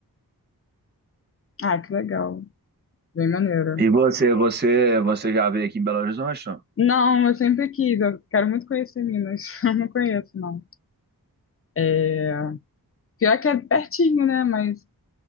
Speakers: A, on the left (about 40°); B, on the right (about 25°).
A: Ah, que legal. Bem maneiro.
B: E você, você, você já veio aqui em Belo Horizonte? não?
A: Não, eu sempre quis. Eu quero muito conhecer Minas. <laughs> Eu não conheço, não. É... Pior que é pertinho, né? Mas